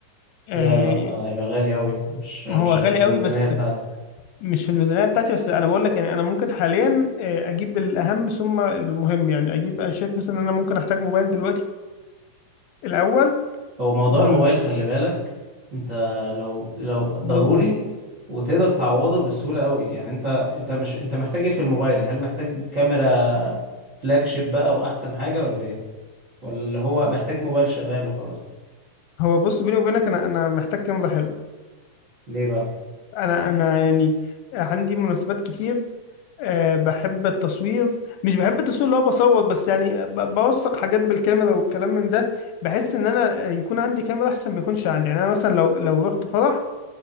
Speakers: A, on the left; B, on the right.
A: آه
B: لا لا ما- هيبقى غالي قوي مش مش
A: ما هو
B: هيبقى
A: غالي
B: في الميزانية
A: قوي بس
B: بتاعتك
A: مش في الميزانيه بتاعتي بس انا بقول لك يعني انا ممكن حاليا آه، اجيب الاهم ثم المهم يعني اجيب انا شايف مثلا ان انا ممكن احتاج موبايل دلوقتي الاول
B: هو موضوع
A: والضروري
B: الموبايل خلي بالك انت لو لو ضروري
A: ضروري
B: وتقدر تعوضه بسهولة قوي يعني انت انت مش انت محتاج ايه في الموبايل هل محتاج كاميرا فلاج شيب بقى واحسن حاجة ولا ايه ولا اللي هو محتاج موبايل شغال وخلاص
A: هو بص بيني وبينك انا انا محتاج كاميرا حلوه
B: ليه بقى
A: انا انا يعني عندي مناسبات كتير أه بحب التصوير مش بحب التصوير اللي هو بصور بس يعني ب- بوثق حاجات بالكاميرا والكلام من ده بحس ان انا يكون عندي كاميرا احسن ما يكونش عندي يعني انا مثلا لو لو رحت فرح